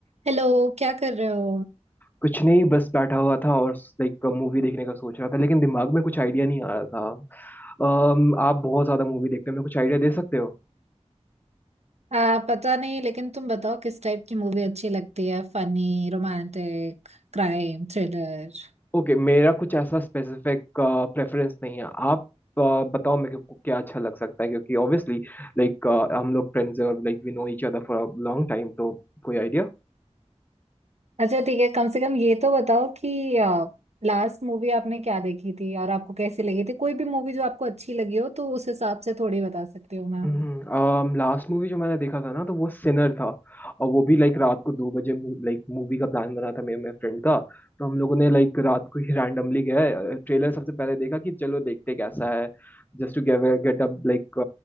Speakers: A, on the right; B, on the left.
A: हेलो क्या कर रहे हो
B: कुछ नहीं बस बैठा हुआ था और लाइक मूवी देखने का सोच रहा था लेकिन दिमाग में कुछ आइडिया नहीं आ रहा था अम, आप बहुत ज्यादा मूवी देखते हो मेरे को कुछ आइडिया दे सकते हो
A: आ, पता नहीं लेकिन तुम बताओ किस टाइप की मूवी अच्छी लगती है फनी रोमांटिक क्राइम थ्रिलर
B: ओके मेरा कुछ ऐसा स्पेसिफिक प्रेफरेंस नहीं है आप अ, बताओ मेरे को क्या अच्छा लग सकता है क्योंकि ऑब्वियसली लाइक हम लोग फ्रेंड्स हैं और like we know each other for a long time तो कोई आइडिया
A: अच्छा ठीक है कम से कम ये तो बताओ कि लास्ट मूवी आपने क्या देखी थी और आपको कैसी लगी थी कोई भी मूवी जो आपको अच्छी लगी हो तो उस हिसाब से थोड़ी बता सकती हूँ मैं
B: हम्म लास्ट मूवी जो मैंने देखा था ना तो वो सिनर था और वो भी लाइक रात को दो बजे लाइक मूवी का प्लान बना था मेरे मेरे फ्रेंड का तो हम लोगों ने लाइक रात को ही रैंडमली गया ट्रेलर सबसे पहले देखा कि चलो देखते कैसा है just to get up like